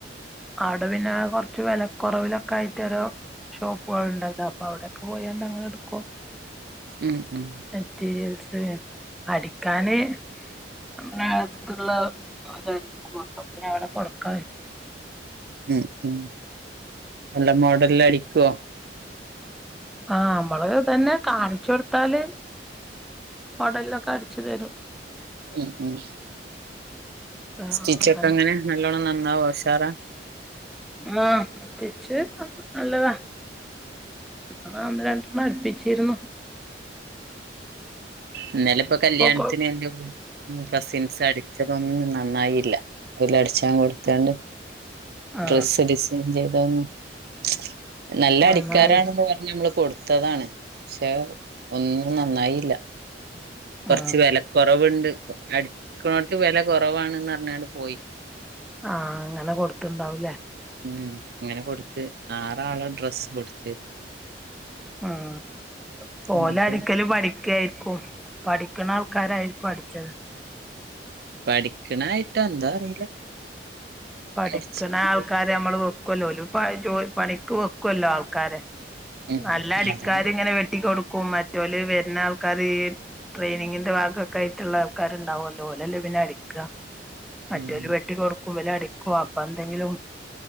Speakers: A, in the centre; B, on the right (about 60°).
A: ആടെ പിന്നെ കൊറച്ച് വെലക്കെറവിലൊക്കെ ആയിട്ട് ഓരോ ഷോപ്പുകള്ണ്ടല്ലേ അപ്പൊ അവിടെക്കെ പോയണ്ട് അങ്ങനെടുക്കും
B: ഉം ഉം
A: മെറ്റീരിയൽസ് അടിക്കാന് <inaudible> നമ്മളെ അടുത്തുള്ള <inaudible> അപ്പ അവിടെ കൊടുക്കാ
B: ഉം ഉം നല്ല മോഡല് അടികുവോ
A: ആഹ് നമ്മള് ഇതന്നെ കാണിച്ച് കൊടുത്താല് മോഡല് ലെക്കെ അടിച്ചു തരും
B: ഉം ഉം
A: ആ
B: സ്റ്റിച്ച്
A: അങ്ങനെ
B: ഒക്കെ എങ്ങന നല്ലോണ്ണം നന്നാവുമോ എല്ലാം ഉഷാറാ
A: ആഹ് സ്റ്റിച്ചിം നല്ലതാ ന്നാ ഒന്ന് രണ്ടെണ്ണം അടുപ്പിച്ചിരുന്നു
B: ഇന്നലെപ്പോ കല്യാണത്തിന്
A: ഇപ്പൊ കൊ
B: <inaudible> ഉ കസിൻസ് അടിച്ചതൊന്നും നന്നായില്ല ഊര് അട്ച്ചാൻ കൊട്ത്താണ്ട്.
A: ആ
B: ഡ്രസ്സ് ഡിസൈൻ ചെയ്തതൊന്നും <inaudible> നല്ല
A: നന്നായി
B: അടിക്കാരാണന്ന് പ ഞമ്മള് കൊടുത്തതാണ് പക്ഷെ ഒന്നും നന്നായില്ല. കൊറച്ച്
A: ആ
B: വെലക്കൊറവുണ്ട് അട്ക്ക്ണോട്ത്ത് വെല കൊറവാണന്ന പറഞ്ഞുകാണ്ട് പോയി.
A: ആ അങ്ങനെ കൊട്ത്ത്ണ്ടാവൂലേ
B: ഉം അങ്ങനെ കൊട്ത്ത് ആറാളെ ഡ്രസ്സ് കൊട്ത്ത്.
A: ആഹ് ഓല
B: എന്നിട്ട്
A: അടിക്കല് പഠിക്കായിരിക്കും. പഠിക്കണാൾക്കാരായിര്ക്കും അടിച്ചത്
B: പഠിക്കണായിട്ട ന്താ അറിയില്ല
A: പഠിക്കണ
B: അടിച്ചാണ്ട്
A: ആൾക്കാരെ മ്മള് വെക്കല്ലോ ഓല് പണിക്ക് വെക്കല്ലോ ആൾക്കാരെ
B: ഉം
A: നല്ല അടിക്കാര്
B: അതാണ് അവരെ
A: ങ്ങനെ വെട്ടി കൊടുക്കും മറ്റോല് വര്ന്ന ആൾക്കാര് ട്രെയിനിങ്ങിന്റെ ഭാഗമായിട്ടുള്ള ആൾക്കാരുണ്ടാവുല്ലോ ഓലല്ലേ പിന്നെ അടിക്ക. മറ്റോല്
B: ഉം
A: വെട്ടി കൊടുക്കും ഇവര് അടിക്കു അപ്പന്തെങ്കിലും